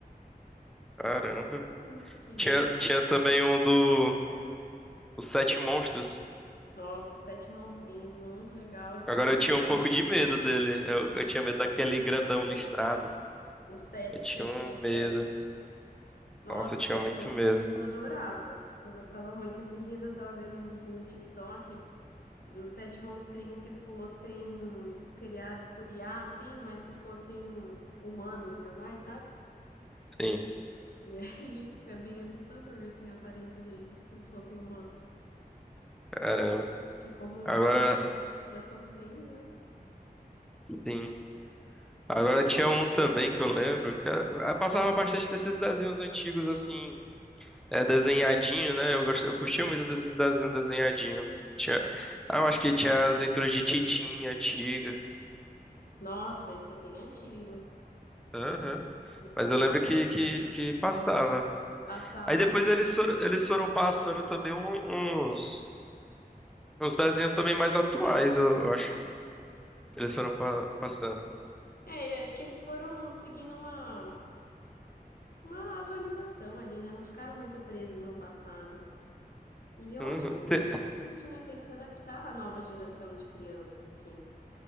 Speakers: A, in the centre; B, on the left (about 70°).
A: Caramba.
B: <laughs> Sim.
A: Tinha, tinha também um do Os Sete Monstros.
B: Nossa, os Sete Monstrinhos, muito legal. Esses
A: Agora
B: dias
A: eu tinha
B: eu tava-
A: um pouco de medo dele. Eu, eu tinha medo daquele grandão listrado.
B: o Sete,
A: Eu tinha
B: acho
A: um
B: que é o
A: medo.
B: Sete. Nossa,
A: Nossa, eu tinha
B: os Sete
A: muito
B: Monstrinhos
A: medo.
B: eu adorava. Eu gostava muito. Esses dias eu tava vendo um vídeo no TikTok dos Sete Monstrinhos se fossem criados por IA, assim, mas se fossem humanos normais, sabe?
A: Sim,
B: E aí é bem assustador, assim, a aparência deles, se eles fossem humanos.
A: caramba.
B: Porque como
A: Agora,
B: ontem já são feios, né?
A: sim. Agora tinha um também que eu lembro, que era- eu passava bastante desses desenhos antigos, assim, é, desenhadinho, né? Eu gosto, eu curtia muito desses desenhos desenhadinho. Tinha, ah, eu acho que tinha as Aventuras de Titinha, Tiga.
B: Nossa, esse é bem antigo.
A: Aham.
B: Esse
A: Mas
B: é bem
A: eu lembro que, que, que passava.
B: passado.
A: Aí depois eles foram, eles foram passando também um- uns, uns desenhos também mais atuais, eu, eu acho, que eles foram pa- passando.
B: É, ele- acho que eles foram seguindo uma, uma atualização ali, né? Não ficaram muito presos no passado. E eu
A: Uhum.
B: acho isso
A: Te-
B: interessante, né? Tem que se adaptar à nova geração de crianças, assim.